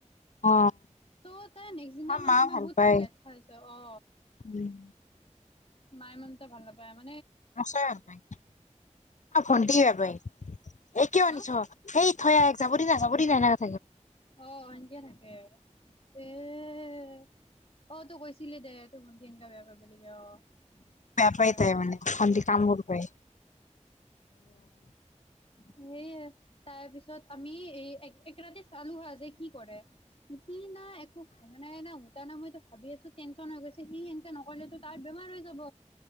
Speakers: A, on the left; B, on the left.
A: অ
B: ত' তাৰ নেক্স দিনা মানে
A: মা
B: আমাৰ
A: ভাল
B: বহুত
A: পায়
B: লেঠা হৈছে অ।
A: উম
B: নাই ম ত ভাল ন পায় আম
A: আচ বাপ অ ভণ্টি বাপাই এই কয়া
B: হা
A: আনিছ এই থ যাবৰি না যাব দ নাই ন
B: আহ সনকে থাকে এ এ এ অ তই কৈছিলি দে তোৰ ভণ্টি এনেকা বেয়া কৰিবাব লাগে অ
A: বেয়া
B: একবাৰ।
A: পাই তাই মানে অদি কাম কৰিব পায়
B: সেই তাৰ পিছত তত আমি এই একৰাতে চালো হা যে কি কৰে সি নাই একো ভা নাই না উতা ন ময়ইো ভাবি আছো টেনশন হৈ গৈছে সি তেয়া নকলে তাৰ বেমাৰ হৈ যাব।